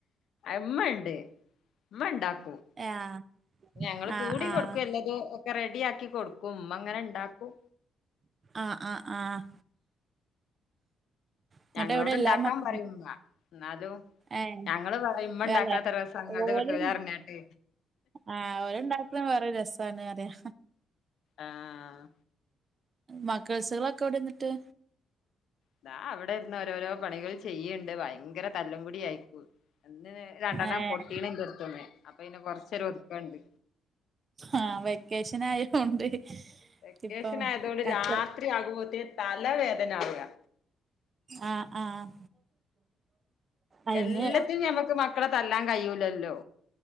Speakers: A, on the left; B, on the right.
A: ഇമ്മ ഉണ്ട് ഇമ്മ ഉണ്ടാക്കും
B: ആഹ്
A: ഞങ്ങള്
B: ആഹ്
A: കൂടി
B: ആഹ്
A: കൊടുക്കും എല്ലാതും ഒക്കെ റെഡി ആക്കി കൊടുക്കും ഉമ്മ ഇങ്ങനെ ഉണ്ടാക്കും.
B: ആഹ് ആഹ് ആഹ് ഇന്നട്ട്
A: ഞങ്ങളോട്
B: എവിടെ എല്ലാ
A: ഉണ്ടാക്കാൻ
B: മക്ക
A: പറയും ഉമ്മ എന്നാലും
B: ഏഹ്
A: ഞങ്ങള് പറയും ഉമ്മണ്ടാക്ക്ണത്ര
B: അല്ലെ
A: രസം ഞങ്ങൾത്
B: ഓല്
A: കിട്ടൂല പർഞ്ഞാട്ട്
B: ആഹ് ഓൽ ഉണ്ടാക്ക്ണ വേറൊരു രസാണ് പറയാ
A: ആഹ്
B: മക്കൾസ്കളൊക്കെ എവ്ടെ എന്നിട്ട്
A: ഇതാ അവടെ ഇര്ന്ന് ഓരോരോ പണികൾ ചെയ്യ്ണ്ട് ഭയങ്കര തല്ലുംപുടി ആയിട്ട് ഇന്ന് രണ്ടെണ്ണം
B: ഏഹ്
A: പൊട്ടീണ് ഇന്റെ അടുത്ത്ന്ന് അപ്പൊ പിന്നെ കുറച്ചൊരു ഒതുക്കണ്ട്
B: ആഹ് വെക്കേഷൻ ആയോണ്ട്
A: വെക്കേഷൻ
B: ഇപ്പൊ
A: ആയതോണ്ട്
B: കച്ചറ
A: രാത്രി ആകുമ്പോത്തിന് തലവേദന ആവാ
B: ആഹ് ആഹ് അയിന്
A: എല്ലത്തിനും ഞമ്മക്ക് മക്കളെ തല്ലാൻ കയ്യൂല്ലല്ലോ